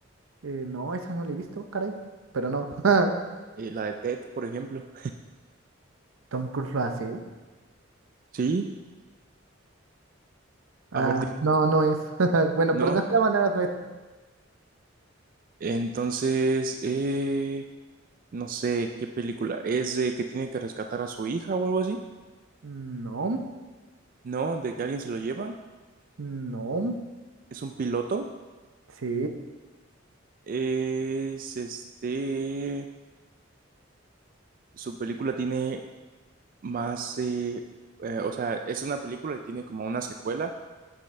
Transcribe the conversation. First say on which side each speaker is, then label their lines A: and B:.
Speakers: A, on the right; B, on the right.
A: Eh, no, esa no la he visto, caray. Pero no. <laughs>
B: eh, la de Ted, por ejemplo.
A: Tom Cruise lo hace. ¿eh?
B: Sí,
A: Ah,
B: a ver, dime.
A: no, no es. <laughs> Bueno,
B: No,
A: pero de esta manera no es.
B: entonces, eh, no sé qué película. ¿Es de que tiene que rescatar a su hija o algo así?
A: No,
B: No, de que alguien se lo lleva.
A: no.
B: ¿Es un piloto?
A: Sí,
B: Es este. Su película tiene más. eh, eh, o sea, es una película y tiene como una secuela.